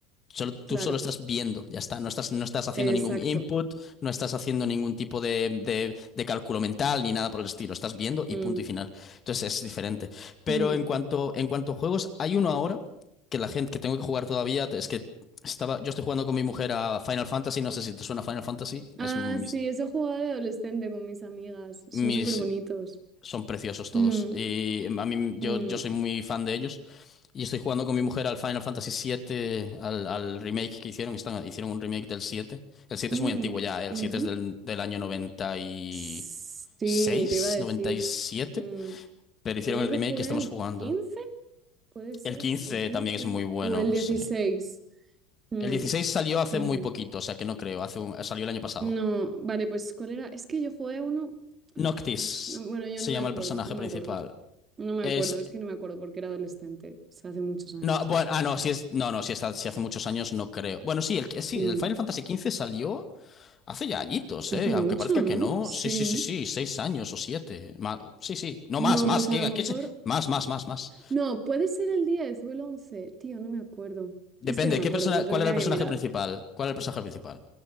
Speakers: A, on the left; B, on the right.
A: Solo, tú
B: Claro,
A: solo estás viendo, ya está. No estás, no estás haciendo
B: exacto.
A: ningún input, no estás haciendo ningún tipo de, de- de cálculo mental ni nada por el estilo. Estás viendo y
B: Mm,
A: punto y final. Entonces es diferente. Pero
B: mm.
A: en cuanto, en cuanto a juegos, hay uno ahora que la gente que tengo que jugar todavía. Es que estaba, yo estoy jugando con mi mujer a Final Fantasy. No sé si te suena Final Fantasy.
B: Ah,
A: Es mis,
B: sí, eso jugaba de adolescente con mis amigas. Son
A: mis,
B: súper bonitos.
A: son preciosos todos.
B: Mm,
A: Y a mí, yo,
B: mm,
A: yo soy muy fan de ellos. Y estoy jugando con mi mujer al Final Fantasy siete al, al remake que hicieron. Están, hicieron un remake del siete El siete
B: mm,
A: es muy antiguo ya, ¿eh? El
B: ujú.
A: 7 es del, del año noventa noventa y
B: Sí,
A: seis
B: te iba a decir.
A: noventa y siete
B: Mm,
A: Pero hicieron
B: Yo creo
A: el
B: que
A: remake
B: jugué
A: y estamos
B: al
A: jugando.
B: 15, puede ser,
A: El 15
B: el 15
A: también es muy bueno,
B: o el 16.
A: sí.
B: Mm,
A: El 16 salió hace
B: ujú.
A: muy poquito, o sea que no creo. Hace un- salió el año pasado.
B: No, vale, pues ¿cuál era? Es que yo jugué a uno.
A: Noctis
B: Ah, Dios, no- bueno, yo
A: se
B: no
A: llama
B: me acuerdo,
A: el personaje
B: no
A: principal.
B: me acuerdo. No me
A: Es.
B: acuerdo, es que no me acuerdo porque era adolescente. O sea, hace muchos años
A: No, bueno,
B: de eso.
A: ah, no, si es. No, no, si, está, si hace muchos años no creo. Bueno, sí, el, sí,
B: Mm,
A: el Final Fantasy quince salió. Hace ya añitos,
B: Hace
A: ¿eh?
B: mucho,
A: Aunque parezca
B: ¿no?
A: que no.
B: Sí.
A: Sí, sí, sí, sí, seis años o siete. Ma- sí, sí. No
B: No,
A: más, más.
B: pues
A: ¿Qué,
B: a lo mejor.
A: qué se- Más, más, más, más.
B: No, puede ser el 10 o el once Tío, no me acuerdo.
A: Depende.
B: Es que no me
A: ¿Qué
B: acuerdo,
A: persona...
B: lo
A: ¿Cuál
B: tendría
A: era el personaje
B: que mirar.
A: principal? ¿Cuál era el personaje principal?